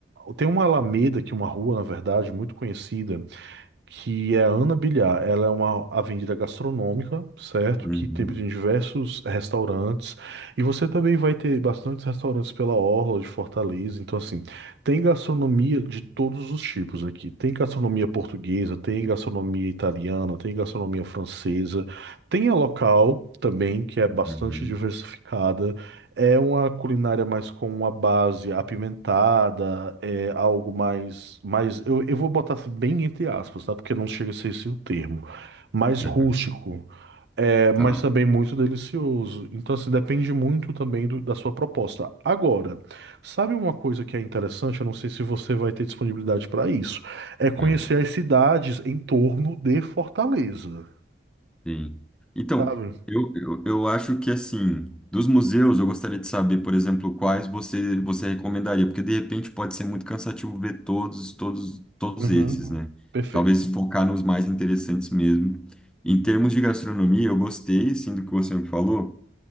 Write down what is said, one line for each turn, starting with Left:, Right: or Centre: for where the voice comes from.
Right: tem uma alameda, que é uma rua, na verdade, muito conhecida, que é a Ana Bilhar. Ela é uma avenida gastronômica, certo?
Centre: uhum,
Right: Que tem diversos restaurantes. E você também vai ter bastantes restaurantes pela orla de Fortaleza. Então, assim, tem gastronomia de todos os tipos aqui. Tem gastronomia portuguesa, tem gastronomia italiana, tem gastronomia francesa. Tem a local também, que é bastante
Centre: uhum,
Right: diversificada. É uma culinária mais com uma base apimentada, é algo mais, mais eu, eu vou botar assim, bem entre aspas, tá? Porque não chega a ser esse o termo. Mais
Centre: uhum,
Right: rústico, é, mas
Centre: tá.
Right: também muito delicioso. Então, assim, depende muito também do- da sua proposta. Agora, sabe uma coisa que é interessante? Eu não sei se você vai ter disponibilidade para isso. É conhecer
Centre: Uhum,
Right: as cidades em torno de Fortaleza,
Centre: sim. Então,
Right: sabe?
Centre: eu, eu, eu acho que, assim, dos museus, eu gostaria de saber, por exemplo, quais você, você recomendaria, porque, de repente, pode ser muito cansativo ver todos, todos, todos
Right: Uhum.
Centre: esses, né?
Right: Perfeito.
Centre: Talvez focar nos mais interessantes mesmo. Em termos de gastronomia, eu gostei, sim, do que você me falou.